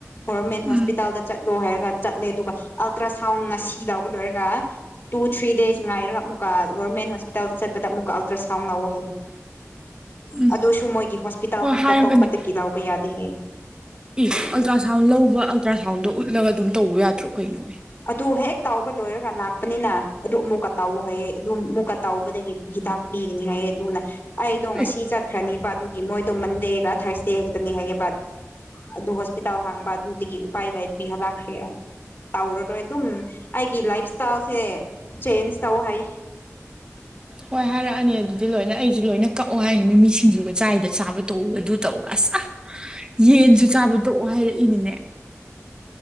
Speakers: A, on the left; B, on the right.
A: ꯒꯣꯕꯔꯃꯦꯟ
B: ꯎꯝ
A: ꯍꯣꯁꯄꯤꯇꯥꯜꯗ ꯆꯠ ꯗꯣ ꯍꯥꯏꯔ ꯆꯠꯂꯦ ꯑꯗꯨꯒ ꯑꯜꯇ꯭ꯔ ꯁꯥꯎꯟ ꯉꯁꯤ ꯂꯎꯕ ꯂꯣꯏꯔꯒ ꯇꯨ ꯊ꯭ꯔꯤ ꯗꯦꯖ ꯉꯥꯏꯔꯒ ꯑꯃꯨꯛꯀ ꯒꯚꯣꯔꯃꯦꯟ ꯍꯣꯁꯄꯤꯇꯥꯜꯗ ꯆꯠꯄꯗ ꯑꯃꯨꯛꯀ ꯑꯜꯇ꯭ꯔꯥꯁꯥꯎꯟ ꯂꯑꯣ ꯍꯥꯏꯌꯦ
B: ꯎꯝ
A: ꯑꯗꯨꯁꯨ ꯃꯣꯏꯒꯤ ꯍꯣꯁꯄꯤꯇꯥꯜ
B: ꯍꯣꯏ
A: ꯈꯛꯇ
B: ꯍꯥꯏꯔꯒꯅꯤ
A: ꯑꯇꯣꯞꯄꯗꯒꯤ ꯂꯧꯕ ꯌꯥꯗꯦ ꯍꯥꯏꯌꯦ
B: ꯏ ꯑꯜꯇ꯭ꯔ ꯁꯥꯎꯟ ꯂꯧꯕ ꯑꯜꯇ꯭ꯔ ꯁꯥꯎꯟꯗꯣ ꯎꯠꯂꯒ ꯑꯗꯨꯝ ꯇꯧꯕ ꯌꯥꯗ꯭ꯔꯣ ꯀꯩꯅꯣ
A: ꯑꯗꯨ ꯍꯦꯛ ꯇꯥꯎꯕ ꯂꯣꯏꯔꯒ ꯂꯥꯛꯄꯅꯤꯅ ꯑꯗꯨ ꯑꯃꯨꯛꯀ ꯇꯥꯎꯑꯣ ꯍꯥꯏꯌꯦ ꯑꯗꯨ ꯑꯃꯨꯛꯀ ꯇꯥꯎꯕꯗꯒꯤ ꯍꯤꯗꯥꯛ ꯄꯤꯒꯅꯤ ꯍꯥꯏꯌꯦ ꯑꯗꯨꯅ ꯑꯩꯗꯣ ꯉꯁꯤ
B: ꯑꯦ
A: ꯆꯠꯈ꯭ꯔꯅꯤꯕ ꯑꯗꯨꯒꯤ ꯃꯣꯏꯗꯣ ꯃꯟꯗꯦꯒ ꯊꯥꯔꯁ ꯇꯦꯒꯅꯤ ꯍꯥꯏꯌꯦꯕ ꯑꯗꯨ ꯍꯣꯁꯄꯤꯇꯥꯜ ꯍꯥꯡꯕ ꯑꯗꯨꯗꯒꯤ ꯎꯄꯥꯏ ꯂꯩꯇ꯭ꯔꯤꯍꯂꯛꯈ꯭ꯔꯦ ꯑꯩ ꯇꯧꯔꯔꯣꯏ ꯑꯗꯨꯝ ꯑꯩꯒꯤ ꯂꯥꯏꯐ ꯏꯁꯁꯦ ꯆꯦꯟꯖ ꯇꯧ ꯍꯥꯏ
B: ꯍꯣꯏ ꯍꯥꯏꯔꯛꯑꯅꯤ ꯑꯗꯨꯗꯤ ꯂꯣꯏꯅ ꯑꯩꯁꯨ ꯂꯣꯏꯅ ꯀꯛꯑꯣ ꯍꯥꯏꯅꯤ ꯃꯤꯃꯤꯁꯤꯡꯖꯨꯒ ꯆꯥꯏꯗ ꯆꯥꯕ ꯇꯣꯛꯎ ꯑꯗꯨ ꯇꯧ ꯑꯁ ꯌꯦꯟꯁꯨ ꯆꯥꯕ ꯇꯣꯛꯑꯣ ꯍꯥꯏꯔꯛꯏꯅꯤꯅꯦ